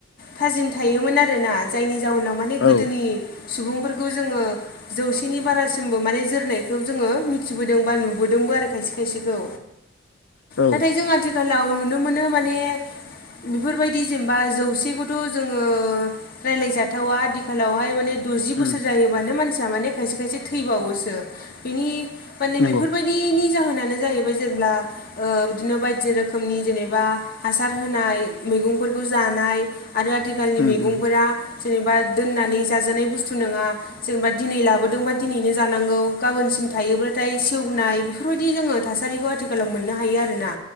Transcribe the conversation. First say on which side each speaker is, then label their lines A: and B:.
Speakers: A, on the left (about 45°); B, on the left (about 65°).
A: थाजिम थायोमोन आरोना जायनि जाहोनाव माने
B: औ
A: गोदोनि सुबुंफोरखौ जोङो जौसेनि बारासिमबो माने जोरनायखौ जोङो मिथिबोदों बा नुबोदोंबो आरो खायसे खायसेखौ।
B: औ
A: नाथाय जों आथिखालाव नुनो मोनो माने बेफोरबायदि जेनेबा जौसेखौ थ' जोङो रायज्लायजाथावा आदिखालावहाय माने द'जि
B: उम
A: बोसोर जायोब्लानो मानसिया माने खायसे-खायसे थैबावोसो बेनि माने
B: नंगौ
A: बेफोरबायदि दिनि जाहोनानो जाहैबाय जेब्ला ओ बिदिनो बायदि रोखोमनि जेनेबा हासार होनाय मैगंफोरखौ जानाय आरो आथिखालनि
B: उम
A: मैगंफोरा
B: उम
A: जेनेबा दोननानै जाजानाय बुस्थु नङा। जेनेबा दिनै लाबोदोंबा दिनैनो जानांगौ गाबोनसिम थायोब्लाथाय सेवनाय बेफोरबायदि जोङो थासारिखौ आथिखालाव मोननो हायो आरोना।